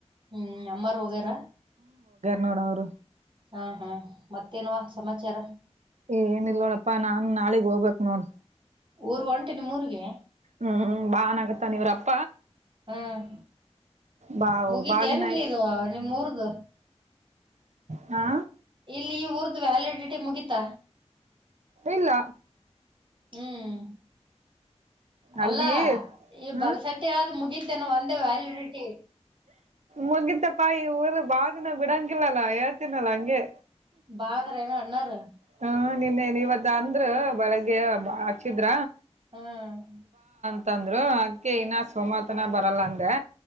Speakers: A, on the right; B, on the right.
A: ಹ್ಮ್ ಅಮ್ಮಾರ ಹೊಗೇರ.
B: ನಡ ಅವ್ರು.
A: ಹಾ ಹ್ಮ ಮತ್ತೇನ್ವ ಸಮಾಚಾರ.
B: ಏ ಏನ ಇಲ್ಲ ನೋಡಪ್ಪಾ ನಾನ್ ನಾಳಿಗ್ ಹೋಗ್ಬೇಕ್ ನೋಡ್.
A: ಊರ್ಗ್ ಹೊಂಟಿ ನಿಮ್ಮೂರ್ಗೆ
B: ಹ್ಮ್ ಬಾ ಅನ್ನಾಕತ್ತನ ನೀವ್ರಪ್ಪ್
A: ಹ್ಮ
B: ಬಾ
A: ಮುಗಿತ
B: ಬಾ ದಿನ
A: ಎನ್
B: ಆಯ್ತ್
A: ಇದು ನಿಮ್ ಊರ್ದು.
B: ಹಾ
A: ಇಲ್ಲಿ ಈ ಊರ್ದ್ ವ್ಯಾಲಿಡಿಟಿ ಮುಗೀತ.
B: ಇಲ್ಲ
A: ಹ್ಮ್
B: ಅಲ್ಲಿ
A: ಅಲ್ಲ ಈ
B: ಹ
A: ಬಲ್ಸಟ್ಟಿ ಹೇಳಾದ ಮುಗಿತೇನೆ ಒಂದೇ ವ್ಯಾಲಿಡಿಟಿ.
B: ಮುಗಿತಪ್ಪಾ ಇ ಊರ ಬಾಳದಿನ ಬಿಡಾಂಗಿಲ್ಲಾ ಏತಿನಲ್ಲ ಅಂಗೆ.
A: ಬಾ ಅಂದ್ರ ಏನ್ ಅಣ್ಣಾರ್.
B: ಹ್ಮ ನಿನ್ನೆ ನೀವತ್ತ ಅಂದ್ರು ಬೆಳಗ್ಗೆ ಬಾ ಹಚ್ಚಿದ್ರ.
A: ಹ್ಮ್
B: <unintelligible> ತ್ತಂದ್ರು ಅದ್ಕೆ ಇನ್ನ ಸೋಮತನ ಬರಲ್ಲ ಅಂದೆ.